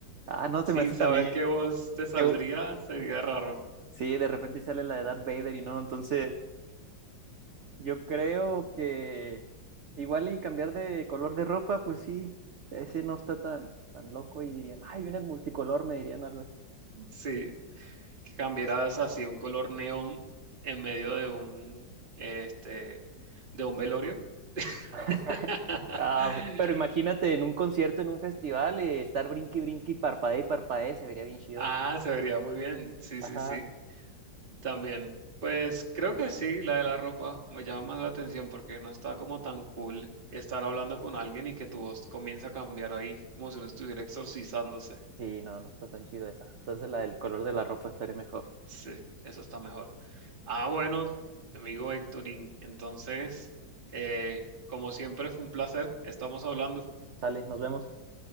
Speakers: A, on the right; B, on the right.
A: ah, no, se
B: Sin
A: me hace
B: saber
A: también.
B: qué voz te saldría,
A: Yo,
B: sería raro.
A: sí, de repente sale la de Darth Vader y no, entonces. Yo creo que igual y cambiar de color de ropa, pues sí, ese no está tan, tan loco y dirían, ay, viene el multicolor, me dirían algo así.
B: Sí, que cambiaras así un color neón en medio de un, este, de un velorio.
A: <laughs>
B: <laughs>
A: Ah, bu- pero imagínate en un concierto, en un festival, eh, estar brinqui, brinqui, parpadee y parpadee, se vería bien chido.
B: Ah, se vería muy bien. Sí,
A: Ajá.
B: sí, sí. También, pues creo que sí, la de la ropa me llama más la atención porque no está como tan cool estar hablando con alguien y que tu voz comienza a cambiar ahí, como si uno estuviera exorcizándose.
A: Sí, no, no está tan chido esa. Entonces la del color de la ropa estaría mejor.
B: Sí, eso está mejor. Ah, bueno, amigo Héctorín, entonces, eh, como siempre fue un placer, estamos hablando.
A: Sale, nos vemos.